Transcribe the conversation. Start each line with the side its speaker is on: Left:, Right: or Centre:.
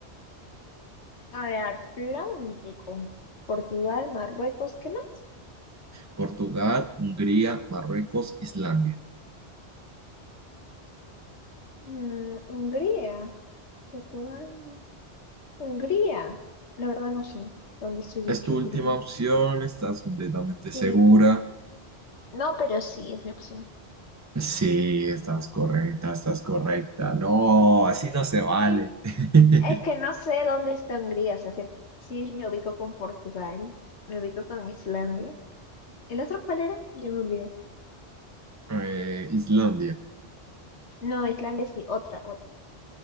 Left: A ver, Atlántico. Portugal, Marruecos, ¿qué más?
Right: Portugal, Hungría, Marruecos, Islandia.
Left: Mm, Hungría. Portugal, no. Hungría. La verdad no sé dónde se ubique
Right: ¿Es tu
Left: Hungría.
Right: última opción? ¿Estás completamente
Left: Sí.
Right: segura?
Left: No, pero sí, es mi opción.
Right: Sí, estás correcta, estás correcta. No,
Left: Sí.
Right: así no se vale. <laughs>
Left: Es que no sé dónde está Hungría, o sea, sí, sí me ubico con Portugal, me ubico con Islandia. ¿El otro cuál era? Ya me olvidé.
Right: Eh, Islandia.
Left: No, Islandia sí, otra, otra.